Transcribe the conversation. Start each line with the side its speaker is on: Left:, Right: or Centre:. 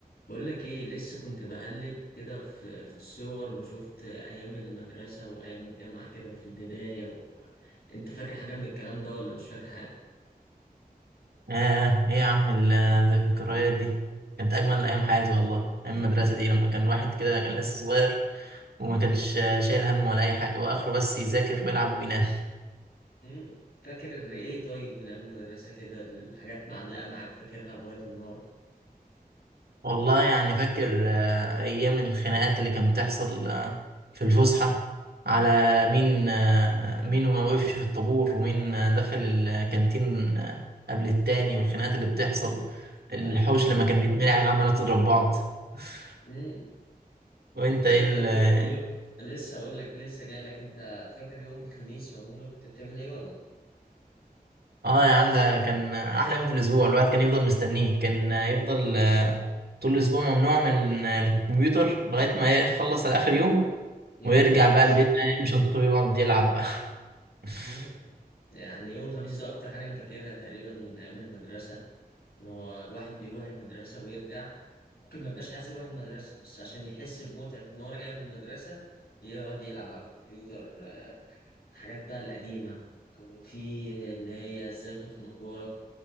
Left: بقول لك ايه لسه كنت بقلب كده في في الصور وشفت ايام المدرسة وايام الجامعة كده في البداية و... انت فاكر حاجة من الكلام ده ولا مش فاكر حاجة
Right: آه إيه يا عم ال- الذكريات دي كانت أجمل أيام حياتي والله أيام المدرسة دي لما كان واحد كده كان لسه صغير وما كانش آه، شايل هم ولا أي حاجة وآخره بس يذاكر ويلعب وينام
Left: امم فاكر ايه طيب من ايام المدرسة كده الحاجات معلقة معاك فاكرها لغاية النهاردة
Right: والله يعني فاكر آه أيام الخناقات اللي كانت بتحصل آه في الفسحة على
Left: مم.
Right: مين آه مين ما وقفش في الطابور ومين آه دخل الكانتين آه قبل التاني والخناقات اللي بتحصل
Left: <laughs>
Right: الحوش
Left: ايوه
Right: لما كان بيتمرع العمالة تضرب بعض <laughs>
Left: امم
Right: وانت
Left: فاكر
Right: ايه
Left: ده بي... يو... لسه اقول لك لسه جاي لك انت فاكر يوم الخميس عموما كنت بتعمل ايه ولا
Right: اه يا عم ده كان احلى يوم في الاسبوع الواحد كان يفضل مستنيه كان يفضل طول الاسبوع ممنوع من الكمبيوتر لغايه ما يخلص
Left: مم.
Right: على اخر يوم
Left: يجي
Right: ويرجع
Left: الخميس
Right: بقى البيت بقى يرمي شنطته ويقعد يلعب بقى <laughs>
Left: مم. يعني يوم الخميس ده اكتر حاجة انا فاكرها تقريبا من ايام المدرسة ان هو الواحد بيروح المدرسة ويرجع ممكن ما يبقاش عايز يروح المدرسة بس عشان يحس بمتعة ان هو راجع من المدرسة يقعد يلعب على الكمبيوتر آه، حاجات بقى القديمة كان في اللي هي ازاي تخنق جارك